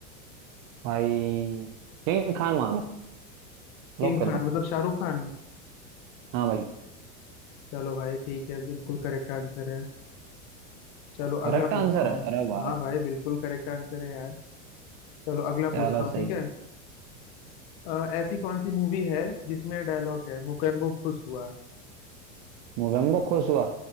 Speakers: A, on the right; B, on the left.
A: भाई किंग खान मान लो
B: किंग
A: लॉक कर
B: खान
A: दो
B: मतलब शाहरुख खान
A: हाँ भाई
B: चलो भाई ठीक है बिल्कुल करेक्ट आंसर है चलो
A: करेक्ट
B: अगला पूछता
A: आंसर
B: हूँ
A: है अरे भाई
B: हाँ भाई बिल्कुल करेक्ट आंसर है यार चलो अगला
A: चलो
B: पूछता हूँ
A: सही
B: ठीक है अ, ऐसी कौन सी मूवी है जिसमें डायलॉग है मुकेम्बो खुश हुआ
A: मोगेम्बो खुश हुआ